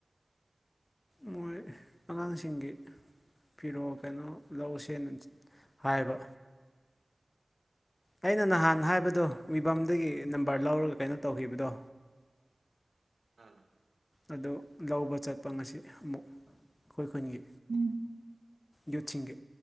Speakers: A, on the right (about 85°); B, on the left (about 30°).
A: <inaudible>
B: ꯃꯣꯏ ꯑꯉꯥꯡꯁꯤꯡꯒꯤ ꯐꯤꯔꯣꯜ ꯀꯩꯅꯣ ꯂꯧꯁꯦꯅ ꯍꯥꯏꯕ ꯑꯩꯅ ꯅꯍꯥꯟ ꯍꯥꯏꯕꯗꯣ ꯃꯤꯕꯝꯗꯒꯤ ꯅꯝꯕꯔ ꯂꯧꯔꯒ ꯀꯩꯅꯣ ꯇꯧꯈꯤꯕꯗꯣ
A: ꯑꯥ
B: ꯑꯗꯨ ꯂꯧꯕ ꯆꯠꯄ ꯉꯁꯤ ꯑꯃꯨꯛ ꯑꯈꯣꯏ ꯈꯨꯟꯒꯤ
A: ꯎꯝ
B: ꯌꯨꯠꯁꯤꯡꯒꯤ